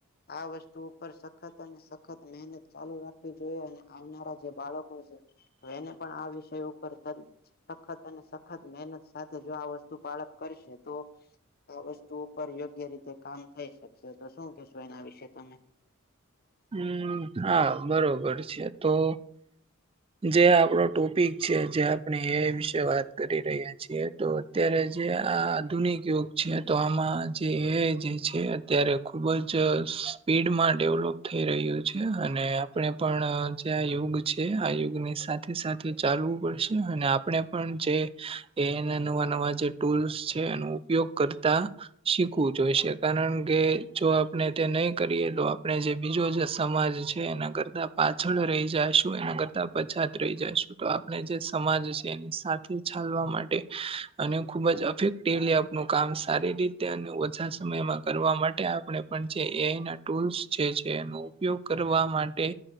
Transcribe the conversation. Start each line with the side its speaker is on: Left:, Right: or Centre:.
Left: આ વસ્તુ ઉપર સખત અને સખત મહેનત ચાલુ રાખવી જોઈએ અને આવનારા જે બાળકો છે હ એને પણ આ વિષય ઉપર સખત અને સખત મહેનત સાથે જો આ વસ્તુ બાળક કરશે તો આ વસ્તુ ઉપર યોગ્ય રીતે કામ થઈ શકશે તો શું કેશો એના વિશે તમે
Right: હુ હા બરોબર છે તો
Left: <unintelligible>
Right: જે આપણો ટોપિક છે જે આપણે એ વિશે વાત કરી રહ્યા છીએ તો અત્યારે જે આ આધુનિક યુગ છે તો આમાં જે એ જે છે અત્યારે ખુબ જ સ્પીડ મા ડેવલોપ થઈ રહ્યું છે અને આપણે પણ જે આ યુગ છે આ યુગની સા સાથે સાથે ચાલવું પડશે અને આપણે પણ જે એના નવા નવા જે ટૂલ્સ છે એનો ઉપયોગ કરતા શીખવું જઈશે કારણ કે જો આપણે તે નહી કરીયે આપણે જે બીજો જ સમાજ છે એના કરતાં પાછળ રહી જાઈશું એના કરતાં પછાત રહી જાઈશું તો આપણે જે સમાજ છે એની સાથે ચાલવા માટે અને ખુબ જ <unintelligible> નું કામ સારી રીતે અને ઓછા સમયમાં કરવા માટે આપણે પણ જે એઆઈના ટૂલ્સ જે છે એનો ઉપયોગ કરવા માટે